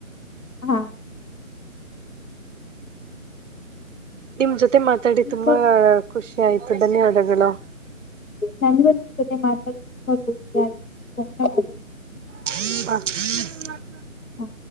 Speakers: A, on the left; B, on the right.
A: ಹಾ
B: ನಿಮ್ ಜೊತೆ ಮಾತಾಡಿ
A: ನಿಮ್ಮ
B: ತುಂಬಾ ಖುಷಿ ಆಯ್ತು ಧನ್ಯವಾದಗಳು
A: ನನಗೂ ನಿನ್ನ ಜೊತೆ ಮಾತಾಡಿ ತುಂಬಾ ಖುಷಿ ಆಯ್ತು ಧನ್ಯವಾದಗಳು.
B: <inaudible>
A: ಹ್ಮ.